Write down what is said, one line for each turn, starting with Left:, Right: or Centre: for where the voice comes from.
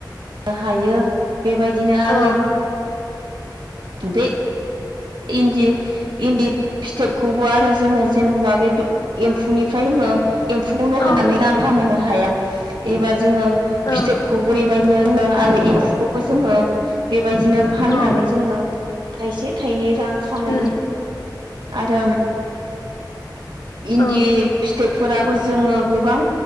Right: हायो। बेबायदिनो आरो
Left: औ
Right: बे इन्दि इन्दि फिथोबखौबो आरो जोङो जेनबा बे द एम्फौनिफ्राय ओङो‌ एम्फौखौल
Left: औ
Right: हानानै रां खामायनो हाया एबा जोङो
Left: औ
Right: फिथोबखौबो बेबायदिनो रोङो आरो एम्फौखौबो जोङो बेबायदिनो फाननानै
Left: उम
Right: जोङो थाइसे थाइनै रां खामायनो
Left: उम
Right: आरो इन्दि
Left: औ
Right: फिथोब फोराबो जोङो गोबां